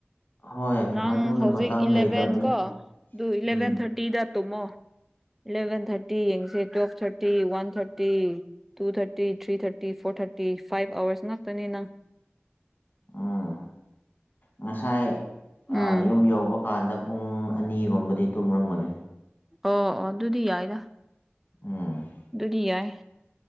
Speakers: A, on the left; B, in the centre.
A: ꯍꯣꯏ
B: ꯅꯪ
A: ꯑꯗꯨꯅ
B: ꯍꯧꯖꯤꯛ
A: ꯃꯇꯝ
B: ꯏꯂꯦꯚꯦꯟ
A: ꯂꯩꯇꯕꯅꯦ
B: ꯀꯣ ꯑꯗꯨ ꯏꯂ‌ꯦꯚꯦꯟ
A: ꯎꯝ
B: ꯊꯥ꯭ꯔꯠ ꯇꯤꯗ ꯇꯨꯝꯃꯣ ꯏꯂꯚꯦꯟ ꯊꯥ꯭ꯔꯇꯤ ꯌꯦꯡꯁꯦ twelve thirty one thirty two thirty three thirty four thirty five hours ꯉꯥꯛꯇꯅꯤꯅ
A: ꯎꯝ ꯉꯁꯥꯏ ꯑꯥ
B: ꯎꯝ
A: ꯌꯨꯝ ꯌꯧꯕ ꯀꯥꯟꯗ ꯄꯨꯡ ꯑꯅꯤꯒꯨꯝꯕꯗꯤ ꯇꯨꯝꯔꯝꯒꯅꯤ
B: ꯑꯣ ꯑꯣ ꯑꯗꯨꯗꯤ ꯌꯥꯏꯗꯥ
A: ꯎꯝ
B: ꯗꯨꯗꯤ ꯌꯥꯏ